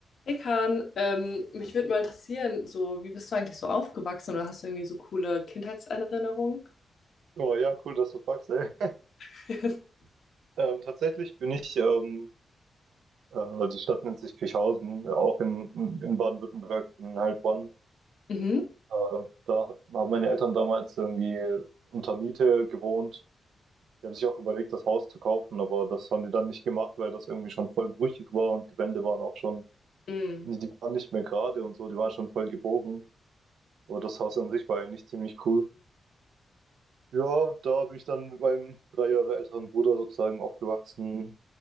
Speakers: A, on the left (about 60°); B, on the right (about 85°).
A: Hey Kahn, ähm, mich würde mal interessieren, so wie bist du eigentlich so aufgewachsen oder hast du irgendwie so coole Kindheitserinnerungen?
B: Oh ja, cool, dass du fragst, ey.
A: <laughs>
B: Ähm, tatsächlich bin ich, ähm, äh, die Stadt nennt sich Kirchhausen, äh, auch in, in in Baden-Württemberg, in Heilbronn.
A: Mhm.
B: Äh, da hat- haben meine Eltern damals irgendwie unter Miete gewohnt. Die haben sich auch überlegt, das Haus zu kaufen, aber das haben die dann nicht gemacht, weil das irgendwie schon voll brüchig war und die Wände waren auch schon,
A: Mm,
B: nee, die waren nicht mehr gerade und so, die waren schon voll gebogen. Aber das Haus an sich war eigentlich ziemlich cool. Ja, da bin ich dann mit meinem drei Jahre älteren Bruder sozusagen aufgewachsen.